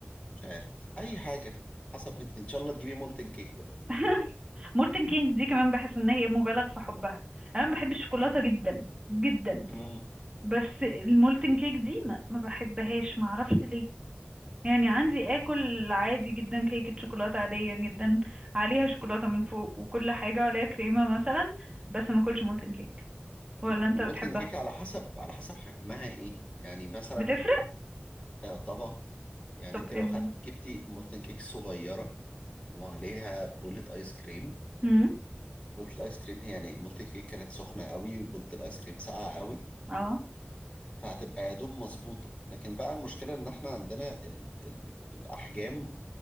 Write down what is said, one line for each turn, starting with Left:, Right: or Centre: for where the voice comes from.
Left: مش عارف أي حاجة حسب انت- إن شاء الله تجيبي مولتن كيك بقى
Right: <laughs> مولتن كينج دي كمان بحس ان هي مبالغ في حبها انا بحب الشوكولاته جدا جدا
Left: امم
Right: بس المولتن كيك دي ما ما بحبهاش ما اعرفش ليه يعني عندي اكل عادي جدا كيكه شوكولاته عاديه جدا عليها شوكولاته من فوق وكل حاجه وعليها كريمه مثلا بس ما اكلش مولتن كيك
Left: طب
Right: ولا
Left: ما هو
Right: انت
Left: المولتن
Right: بتحبها
Left: كيك على حسب على حسب حجمها إيه يعني مثلا
Right: بتفرق
Left: آه، طبعا يعني
Right: طب
Left: أنت
Right: امم
Left: لو خدت جبتي مولتن كيك صغيرة وعليها بولة آيس كريم
Right: امم
Left: بولت الايس كريم هي يعني بولت الكيك كانت سخنه قوي وبولت الايس كريم ساقعه قوي
Right: اه
Left: فهتبقى يا دوب مظبوطه لكن بقى المشكله ان احنا عندنا ال ال الاحجام